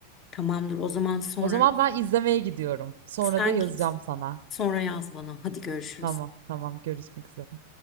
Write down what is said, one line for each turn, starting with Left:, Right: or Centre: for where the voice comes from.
Left: tamamdır. O zaman sonra
Right: O zaman ben izlemeye gidiyorum. Sonra
Left: sen
Right: da yazacağım
Left: git
Right: sana.
Left: sonra yaz bana. Hadi görüşürüz.
Right: Tamam, tamam. Görüşmek üzere.